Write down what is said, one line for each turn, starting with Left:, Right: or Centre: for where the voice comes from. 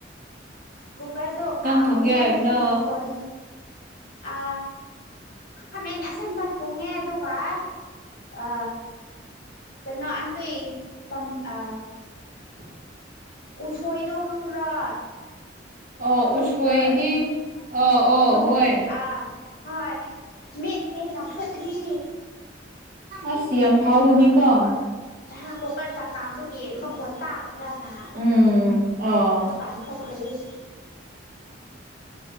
Left: ꯀꯨꯀꯔꯗꯣ ꯀꯥꯝꯃꯤꯌꯦ
Right: ꯊꯣꯡꯒꯦ ꯍꯥꯏꯕꯅꯣ
Left: ꯑꯗꯨꯒꯤ ꯃꯈꯣꯟ ꯑ ꯈꯃꯦꯟ ꯑꯁꯟꯕ ꯊꯣꯡꯉꯦ ꯑꯗꯣ ꯋꯥ ꯑ ꯀꯩꯅꯣ ꯑꯟ ꯇꯏ ꯄꯝ ꯑ
Right: ꯑ
Left: ꯎꯁꯣꯏꯗꯧ ꯈꯪꯕ꯭ꯔꯥ
Right: ꯑꯣ
Left: ꯊꯟꯗꯣꯏ
Right: ꯎꯁꯣꯏꯗꯤ ꯑꯣ ꯑꯣ
Left: ꯊꯟ
Right: ꯍꯣꯏ
Left: ꯑ ꯍꯣꯏ ꯃꯦꯠꯀꯦꯟꯅ ꯐꯨꯠꯂꯤ
Right: ꯑꯁ ꯌꯥꯝꯝ ꯍꯥꯎꯅꯤ ꯀ
Left: ꯍ ꯀꯣꯛꯀꯔꯗ ꯀꯥꯝꯕꯒꯤ ꯃꯈꯣꯟ ꯇꯥꯒꯗ꯭ꯔꯅ
Right: ꯎꯝ ꯑꯣ
Left: ꯃꯄꯥꯟ ꯊꯣꯛꯂꯤ <inaudible>